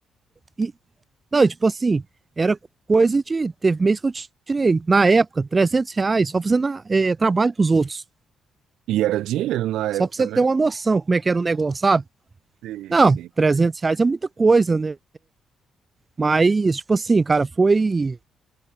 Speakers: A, on the right; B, on the right.
A: E, não, e tipo assim, era coisa de, teve mês que eu tirei, na época, 300 reais, só fazendo é, trabalho pros outros.
B: E era dinheiro na época,
A: Só pra você
B: né?
A: ter uma noção como é que era o negócio, sabe?
B: Sim,
A: Não,
B: sim.
A: 300 reais é muita coisa, né? Mas, tipo assim, cara, foi.